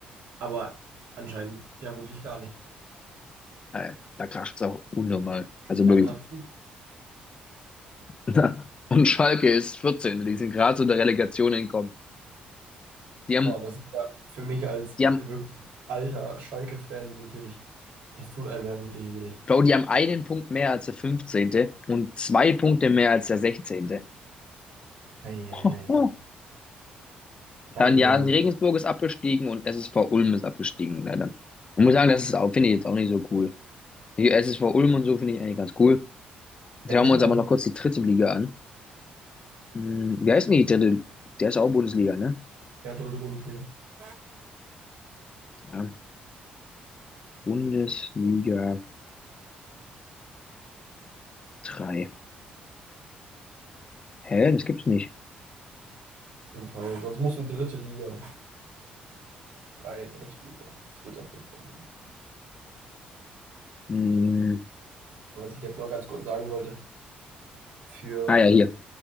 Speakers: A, on the right (about 70°); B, on the left (about 35°).
A: aber anscheinend ja wirklich gar nicht.
B: Äh, Da kracht's auch unnormal. Also
A: Ja,
B: wirklich.
A: krass,
B: <laughs> Und Schalke ist 14. Die sind gerade zu der Relegation entkommen. Die
A: Boah,
B: haben,
A: das ist ja für mich als
B: die haben,
A: wirklich alter Schalke-Fan wirklich, das tut einem ja wirklich weh.
B: Bro, die haben einen Punkt mehr als der fünfzehnte und zwei Punkte mehr als der sechzehnte.
A: Eieiei.
B: <laughs> Hoho. Dann
A: Eieiei.
B: ja, Regensburg ist abgestiegen und SSV Ulm ist abgestiegen, leider. Ich muss sagen, das ist auch, finde ich jetzt auch nicht so cool. Die SSV Ulm und so finde ich eigentlich ganz cool. Jetzt
A: Wer
B: schauen
A: ist
B: wir
A: denn
B: uns
A: auf?
B: aber noch kurz die dritte Liga an. Hm, wie heißt denn die dritte? Der ist auch Bundesliga, ne?
A: Ja, dritte Bundesliga. Auf
B: Ja, Bundesliga 3? Hä? Das gibt's nicht.
A: jeden Fall. Sonst musst du dritte Liga. Drei, dritte Liga. Das wird es auf jeden Fall geben.
B: Hm,
A: Aber was ich jetzt noch ganz kurz sagen wollte, für,
B: ah ja, hier.